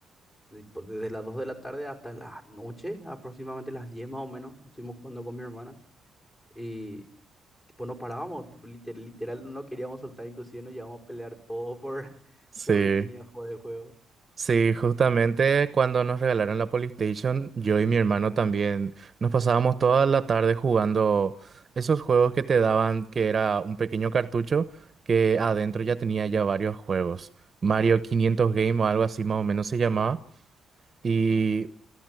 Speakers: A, on the left (about 25°); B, on the right (about 35°).
A: tipo, desde las 2 de la tarde hasta la noche, aproximadamente las 10 más o menos, estuvimos jugando con mis hermanas y tipo no parábamos, tipo, liter- literal, no queríamos soltar, inclusive nos llevamos a pelear todo por, <laughs>
B: Sí,
A: por ver quién iba a jugar el juego.
B: sí, justamente cuando nos regalaron la PlayStation, yo y mi hermano también nos pasábamos toda la tarde jugando esos juegos que te daban, que era un pequeño cartucho que adentro ya tenía ya varios juegos. Mario 500 Game o algo así más o menos se llamaba. Y